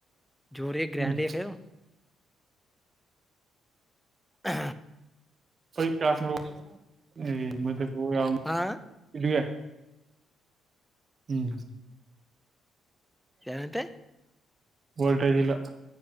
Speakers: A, in the centre; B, on the right.
A: ಜೋರಿ ಗ್ರ್ಯಾಂಡ
B: ಹ್ಮ್
A: ಕ ಹಾ
B: <unintelligible>
A: ಹಾ
B: ಹ್ಮ್.
A: ಏನಂತೆ
B: ವೋಲ್ಟೇಜ್ ಇಲ್ಲ.